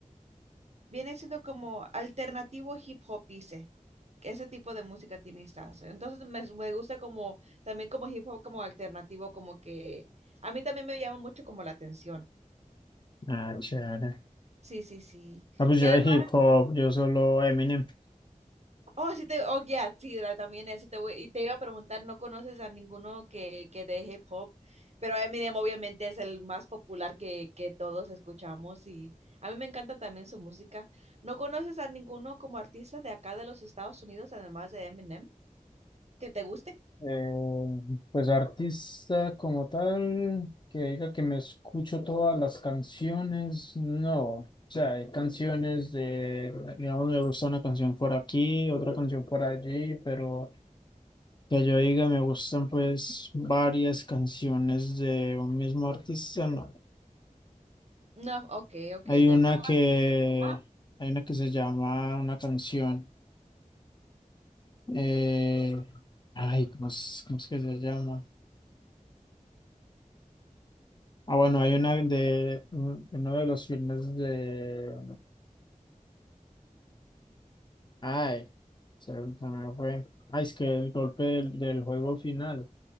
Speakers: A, on the right; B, on the left.
A: viene siendo como alternativo hip hop, dice. que Ese tipo de música tiene Stars. Entonces me, me gusta como también como hip hop como alternativo, como que a mí también me llama mucho como la atención.
B: Ah, chévere.
A: Sí, sí, sí.
B: Ah, pues
A: Y
B: yo
A: además,
B: de hip hop, yo solo Eminem.
A: oh, sí te, oh, ya, sí, la- también ese te voy- y te iba a preguntar, ¿no conoces a ninguno que, que de hip hop? Pero Eminem obviamente es el más popular que, que todos escuchamos y a mí me encanta también su música. ¿No conoces a ninguno como artista de acá de los Estados Unidos, además de Eminem? que te guste.
B: Eh, pues artista como tal, que diga que me escucho todas las canciones, no. O sea, hay canciones de, digamos, me gusta una canción por aquí, otra canción por allí, pero que yo diga me gustan pues varias canciones de un mismo artista, no.
A: No, ok, ok,
B: Hay
A: ok.
B: una
A: Nada
B: que,
A: más- Ajá,
B: hay una que se llama una canción, eh, ay, ¿cómo es, cómo es que se llama? Ah, bueno, hay una de un- uno de los filmes de. Ay, se me fue. Ay, es que el golpe del, del juego final,